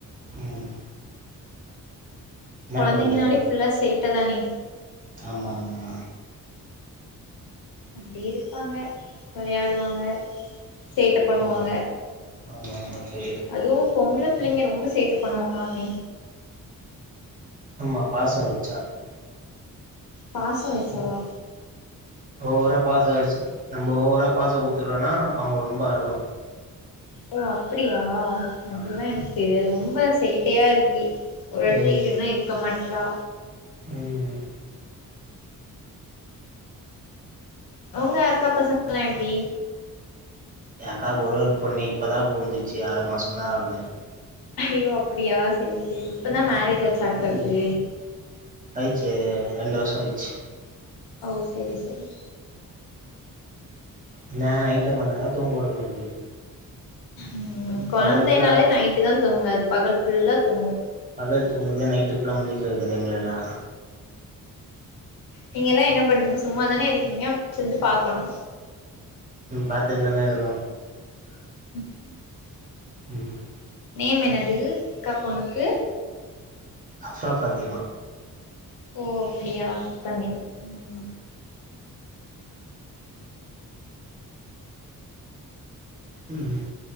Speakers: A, on the right; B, on the left.
A: ம் என்ன
B: கொழந்தைங்கனாலே
A: பண்ணுது
B: ஃபுல்லா சேட்ட தானே
A: ஆமா ஆமா
B: அப்டி இருப்பாங்க விளையாடுவாங்க சேட்ட பண்ணுவாங்க
A: ஓ ஆமா ஆமா தோழி
B: அதுவும் பொம்பள பிள்ளைங்க ரொம்ப சேட்ட பண்ணுவாங்களாமே
A: அம்மா பாசம் வச்சா
B: பாசம் வச்சாவா
A: ஓவரா பாசம் வச்சு நம்ம ஓவரா பாசம் குடுத்துட்டோனா அவுங்க ரொம்ப ஆடுவாங்க
B: ஓ அப்டியா அதெல்லா
A: ஆமா
B: எனக்கு தெரியாது ரொம்ப சேட்டையா இருக்கு ஒரு எடத்ல
A: ம்
B: இருன்னா இருக்க மாட்றா
A: ம்
B: உங்க அக்கா பசங்களா எப்டி
A: ஏ அக்காக்கு ஒரே ஒரு பொண்ணு இப்பதா பொறந்துச்சு ஆறு மாசம்தா ஆவுது
B: ஐயோ அப்டியா சேரி சேரி இப்பந்தா மேரேஜ் ஆச்சா அக்காக்கு
A: ஆயிச்சு ரெண்டு வருஷம் ஆயிச்சு
B: ஓ செரி செரி
A: என்ன நைட்ல மட்டுந்தா தூங்க வுட மாட்டுது
B: ம் கொழந்தைனாலே
A: பகல் ஃபுல்லா
B: நைட்டு தா தூங்காது பகல் ஃபுல்லா தூங்கும்
A: பகல் தூங்குது நைட்டு ஃபுல்லா முழிக்க வைக்குது எங்களலா
B: நீங்கல்லா என்ன பண்றீங்க சும்மாதான இருக்கீங்க முழிச்சிருந்து பாக்கணு
A: ம் பாத்துன்னுதான இருக்குறோ
B: <inaudible>
A: ம்
B: நேம் என்னது அக்கா பொண்ணுக்கு
A: அஃப்ரா ஃபாத்திமா
B: ஓ அப்டியா சூப்பர் நேம் ம்
A: ம்